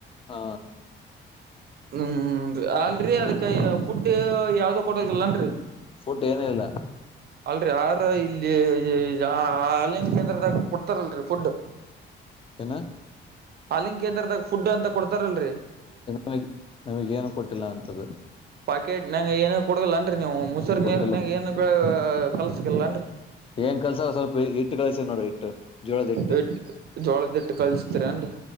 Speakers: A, on the left (about 30°); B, on the right (about 55°).
A: ಹಾ,
B: ಹ್ಮ್, ಅಲ್ರಿ ಅದಕ್ಕೆ ಫುಡ್ ಯಾವ್ದ ಕೊಡದಿಲ್ಲನ್ರಿ.
A: ಫುಡ್ ಏನು ಇಲ್ಲ
B: ಅಲ್ರಿ ಆಹಾರ ಇಲ್ಲಿ ಹಾಲ್ಲಿನ್ ಕೇಂದ್ರದಾಗ ಕೊಡ್ತಾರಲ್ರಿ ಫುಡ್.
A: ನಾ <inaudible>
B: ಹಾಲ್ಲಿನ್ ಕೇಂದ್ರದಾಗ ಫುಡ್ ಅಂತ ಕೊಡ್ತಾರಲ್ರಿ.
A: ಮಗೆ ನಮಗ ಏನು ಕೊಟ್ಟ <unintelligible> ಕೊಟ್ಟಿಲ್ಲ ಅಂತದ.
B: ಪಾಕೆಟ್ ನಗೆ ಏನು ಕೊಡೋಲ್ಲನ್ರಿ ನೀವು ಮುಸರಿ
A: ಕೊಟ್ಟಿಲ್ಲ
B: ನೀರ್ನಗ ಏನ್ ಬೆಳೆ ಕಲ್ಸಗಲ್ಲ ಅನ್ರಿ <unintelligible>
A: ಏನ್ ಕಲ್ಸ ಸ್ವಲ್ಪ ಇಟ್ಟು ಕಳ್ಸೀನಿ ನೋಡ ಇಟ್ಟು ಜೋಳದ ಇಟ್ಟು
B: ಇಟ್ಟ ಜೋಳದಿಟ್ಟ ಕಲ್ಸ್ತರಿ ಎನ್ರಿ